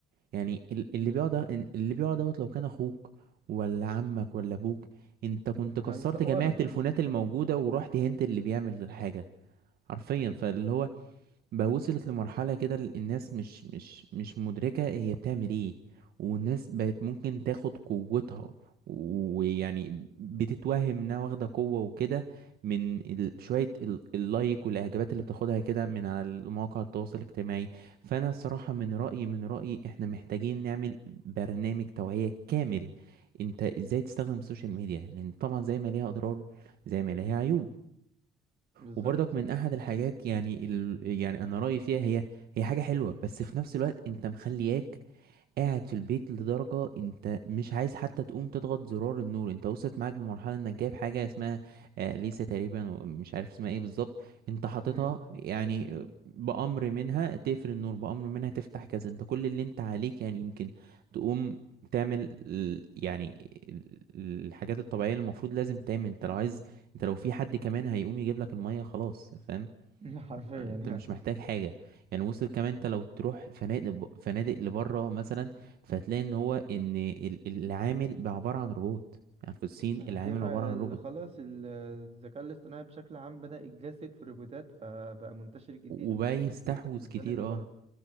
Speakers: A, on the right; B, on the right.
A: يعني ال- اللي بيقعد اللي بيقعد دوت لو كان اخوك ولا عمك ولا ابوك انت كنت كسرت
B: هيصوروا
A: جميع التليفونات الموجوده ورحت هنت اللي بيعمل الحاجه حرفيا فاللي هو بقى وصلت لمرحلة كده ال- الناس مش مش مش مدركة هي بتعمل ايه والناس بقت ممكن تاخد قوتها ويعني بتتوهم انها واخدة قوة وكده من ال- شوية ال- اللايك والاعجابات اللي بتاخدها كده من على مواقع التواصل الاجتماعي فانا الصراحة من رأيي من رأيي احنا محتاجين نعمل برنامج توعية كامل انت ازاي تستخدم السوشيال ميديا لان طبعا زي ما ليها اضرار زي ما ليها عيوب
B: <laughs> بالظبط
A: وبرضك من احد الحاجات يعني ال... يعني انا رايي فيها هي هي حاجه حلوه بس في نفس الوقت انت مخلياك قاعد في البيت لدرجة انت مش عايز حتى تقوم تضغط زرار النور انت وصلت معاك بمرحلة انك جايب حاجة اسمها آه ليسا تقريبا مش عارف اسمها ايه بالظبط انت حاططها
B: امم
A: يعني بأمر منها تقفل النور بأمر منها تفتح كذا انت كل اللي انت عليك يعني يمكن تقوم تعمل ال- يعني ال- ال- الحاجات الطبيعية اللي المفروض لازم تعمل انت لو عايز انت لو في حد كمان هيقوم يجيب لك المية خلاص فاهم
B: <laughs> حرفيا
A: انت
B: يعني
A: مش محتاج حاجه يعني وصل كمان انت لو تروح فنادق فنادق لبره مثلا فهتلاقي ان هو ان ال- العامل بقى عباره عن روبوت يعني في الصين
B: آه،
A: العامل
B: في حاجة
A: عباره عن
B: ال-
A: روبوت
B: خلاص ال- الذكاء الاصطناعي بشكل عام بدأ يتجسد في روبوتات فبقى منتشر كتير
A: وبقى يستحوذ
B: في البلدان
A: كتير
B: اللي
A: اه
B: بره